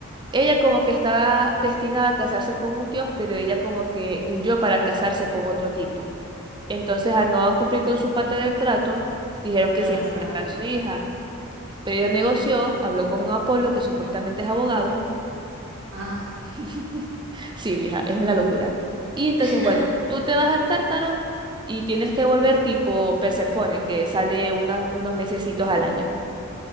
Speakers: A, on the right (about 20°); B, on the right (about 60°).
A: Ella como que estaba destinada a casarse con un dios, pero ella como que huyó para casarse con otro tipo. Entonces, al no cumplir con su parte del trato, dijeron que
B: Claro,
A: se
B: La
A: iba
B: lanzaron
A: a llevar
B: al tártaro.
A: a su hija. Pero ella negoció, habló con Apolo, que supuestamente es abogado.
B: Ah.
A: <laughs> Sí, vieja, es una locura. Y entonces,
B: <laughs>
A: bueno, tú te vas al Tártaro y tienes que volver tipo Perséfone, que sale una- unos mesecitos al año.